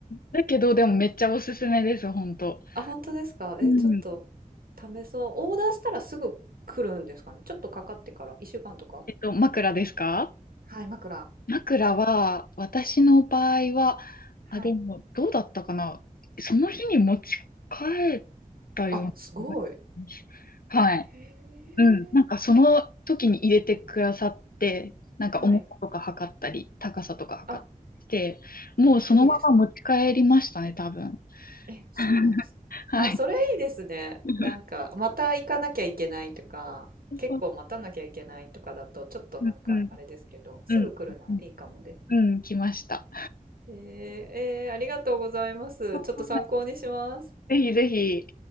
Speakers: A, on the left (about 80°); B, on the right (about 85°).
A: だけど、でもめっちゃおすすめです、本当。
B: あ、本当ですか。えー、
A: うん。
B: ちょっと試そう。オーダーしたらすぐ来るんですかね。ちょっとかかってから。1週間とか。
A: えっと、枕ですか
B: はい、枕。
A: 枕は、私の場合は、
B: はい。
A: あ、でも、どうだったかなその日に持ち帰ったような気がします。
B: あ、すごい。
A: はい。
B: へえ。
A: うん。なんか、その時に入れてくださって、なんか、
B: はい。
A: 重さとか測ったり、高さとか測って、
B: あ、
A: もうそのまま持ち帰りましたね、
B: いいですね。
A: 多分。
B: え、そうなんですね。
A: <laughs> はい。
B: あ、それいいですね。
A: <laughs>
B: なんか、また行かなきゃいけないとか、結構待たなきゃいけないとかだと、
A: そう。
B: ちょっとなんか、
A: うん、うん、
B: あれですけど、すぐ来るならいいかもです。
A: うん、うん、うん、来ました。
B: えー、えーありがとうございます。
A: は
B: ちょっと参考にします。
A: いぜひぜひ。